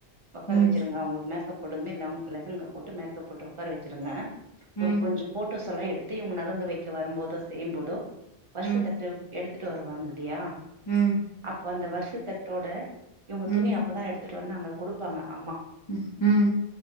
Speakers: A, on the right; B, on the left.
A: உக்கார
B: ம்
A: வெச்சிருங்க அவங்களுக்கு மேக்கப் போட்டதுமே லெ லெஹங்கா போட்டு மேக்கப் போட்டு உக்கார வெச்சிருங்க
B: ம்
A: ஒரு கொஞ்சொ ஃபோட்டோஸ் எல்லா எடுத்து இவங்க நலங்கு வைக்க வரும் போதோ செய்யும் போதோ வருஷத்தட்டு
B: ம்
A: எடுத்துட்டு வருவாங்க இல்லையா
B: ம்
A: அப்போ அந்த வருஷத்தட்டோட இவங்க
B: ம்
A: துணி அப்பதா எடுத்துட்டு வந்து அங்க கொடுப்பாங்க அம்மா
B: ம் ஹும்